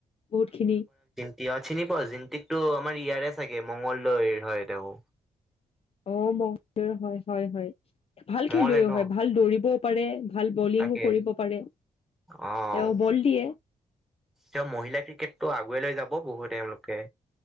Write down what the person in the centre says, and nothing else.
তিৱাক চিনি পোৱা জিনটি তো আমাৰ ইয়াৰে চাগে মঙংগলদৈৰ হয় তেওঁ
মঙলদৈৰ
ন
তাকে।
অ',
তেওঁ মহিলা ক্ৰিকেটটো আগুৱাই লৈ যাব বহু এওঁলোকে